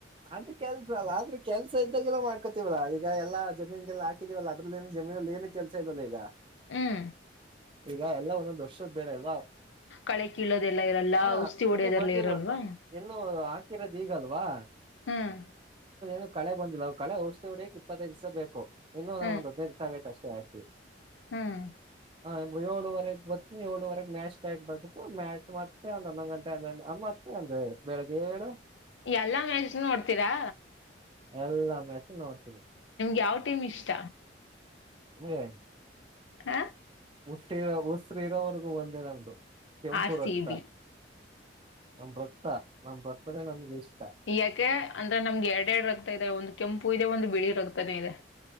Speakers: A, on the right (about 30°); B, on the left (about 80°).
A: ಆದ್ರೆ ಕೆಲ್ಸ ಅಲ್ಲ ಆದ್ರೂ ಕೆಲ್ಸ ಇದ್ದಾಗೆಲ್ಲ ಮಾಡ್ಕೊತಿವಲ್ಲ ಈಗ ಎಲ್ಲಾ ಜಮೀನ್ಗೆಲ್ಲ ಹಾಕಿದಿವವಲ್ಲ ಅದ್ರಲ್ಲ ಏ ಜಮೀನ್ ಅಲ್ಲಿ ಏನ್ ಕೆಲಸ ಇಲ್ವಲ್ಲ ಈಗ
B: ಹ್ಮ
A: ಈಗ ಎಲ್ಲ ಇನ್ನೊಂದು ವರ್ಷದ ಬೇಡ ಅಲ್ಲವಾ
B: ಕಳೆ ಕೀಳೋದೆಲ್ಲ ಇರಲ್ಲ
A: ಹ
B: ಔಷಧಿ ಹೊಡೆಯೋದೆಲ್ಲ
A: ಇನ್ನು ಬಂದಿಲ್ಲ
B: ಇರಲ್ವಾ
A: ಇನ್ನು ಆ ಹಾಕಿರೋದು ಈಗಲ್ವಾ
B: ಹ್ಮ್ಮ್
A: ನು ಕಳೆ ಬಂದಿಲ್ಲ ಅವುಳ ಔಷಿ ಹೊಡಕ್ಕೆ ಇಪ್ಪತ್ತದು ದಿವಸ ಬೇಕು ಇನ್ನು ನ
B: ಹ್ಮ್
A: ಒಂದು ಹದಿನೈದು ದಿಸಾ ಆಗೈತಿ ಚಸ ಆಿ <inaudible>
B: ಹ್ಮ್
A: ಹ ಏಳುವರೆಗೆ ಬರ್ತೀನಿ ಏಳುವರೆಗೆ ಮ್ಯಾಚ್ ಸ್ಟಾರ್ಟ್ ಆಗಬೇಕು ಮ್ಯಾಚ್ ಮತ್ತೆ ಒಂದೊ ಹನ್ನೊಂದು ಗಂಟೆ ಮತ್ತೆ ಅಂದ್ರೆ ಬೆಳಿಗ್ಗೆ ಏಳು
B: ಎಲ್ಲಾ ಮ್ಯಾಚ್ ನೂ ನೋಡ್ತೀರಾ
A: ಎಲ್ಲಾ ಮ್ಯಾಚ್ ನೋಡ್ತೀವಿ
B: ಯಾವ್ ಟೀಮ್ ಇಷ್ಟ
A: ಹ್ಮ್ <inaudible>
B: ಹ
A: ಉಸ್ರಿರ ಉಸ್ರರಿರೋವರೆಗೂ ಒಂದೇ ನಮ್ದು ಕೆಂಪು
B: ಆರ್ ಸಿ
A: ರಕ್ತ
B: ಬಿ
A: ನಮ್ ರಕ್ತ ನಮ್ ರಕ್ತಧೆ ನಮಗೆ ಎಷ್ಟ
B: ಈ ಯಾಕೆ ಅಂದ್ರೆ ನಮ್ಗೆ ಎರಡ್ ಎರಡು ರಕ್ತ ಇದೆ ಒಂದು ಕೆಂಪು ಇದೆ ಒಂದು ಬಿಳಿ ರಕ್ತಾನೇ ಇದೆ